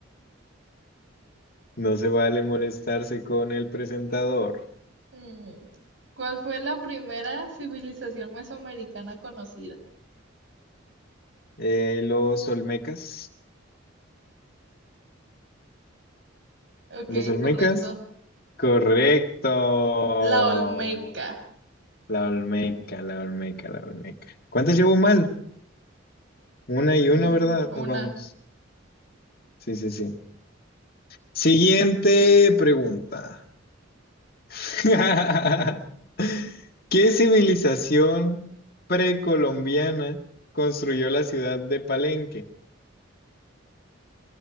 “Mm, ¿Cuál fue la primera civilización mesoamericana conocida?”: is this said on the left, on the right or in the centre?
Right